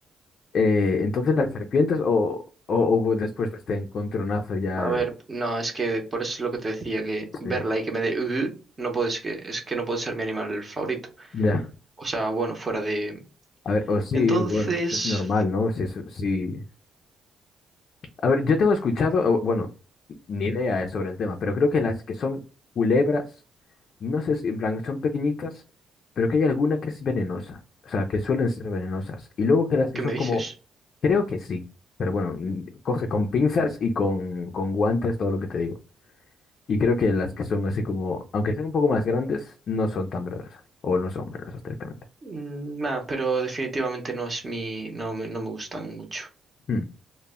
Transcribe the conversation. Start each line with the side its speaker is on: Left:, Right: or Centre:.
Left: Eh, entonces las serpientes o, o, o después de este encontronazo ya,
Right: A ver,
Left: eh,
Right: no, es que por eso es lo que te decía, que verla
Left: sí,
Right: y que me dé "Ugh", no puedes que es que no puede ser mi animal favorito.
Left: ya.
Right: O sea, bueno, fuera de...
Left: A ver, o sí,
Right: Entonces,
Left: bueno, es normal, ¿no? Sí, sí. sí. A ver, yo tengo escuchado, o, bueno, ni idea eh, sobre el tema, pero creo que las que son culebras, no sé si, en plan, son pequeñitas, pero que hay alguna que es venenosa, o sea, que suelen ser venenosas. Y luego que las que
Right: ¿qué
Left: son
Right: me dices?
Left: como, creo que sí, pero bueno, mm, coge con pinzas y con, con guantes todo lo que te digo. Y creo que las que son así como, aunque sean un poco más grandes, no son tan verdosas. O no son verdosas directamente.
Right: Mm, Nada, pero definitivamente no es mi... No me, no me gustan mucho.
Left: Mm,